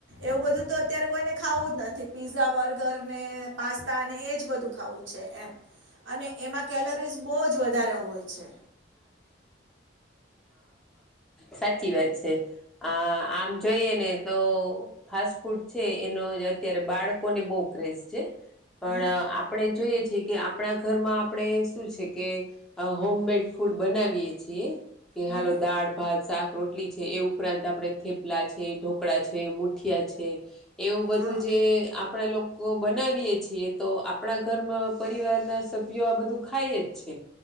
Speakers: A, on the right; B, in the centre.
A: એવું બધું તો અત્યારે કોઈને ખાવું જ નથી, પીઝા બર્ગર ને પાસ્તા અને એ જ બધું ખાવું છે, એમ અને એમાં કેલરીઝ બહુ જ વધારે હોય છે.
B: સાચી વાત છે. આમ જોઈએ ને તો. ફાસ્ટ ફૂડ છે, એનો અત્યારે બાળકોને બહુ ક્રેઝ છે. પણ
A: હમ
B: આપણે જોઈએ છીએ કે, આપણા ઘરમાં આપણે શું છે કે, હોમમેડ ફૂડ બનાવીએ છીએ કે,
A: હમ
B: હાલો દાળ-ભાત, શાક રોટલી છે એવું. ઉપરાંત આપણે થેપલા છે, ઢોકળા છે, મુઠિયા છે, એવું બધું
A: હા
B: જે આપ પણે લોકો બનાવીએ છીએ તો આપણા ઘરમાં પરિવારના સભ્યો આ બધું ખાય જ છે.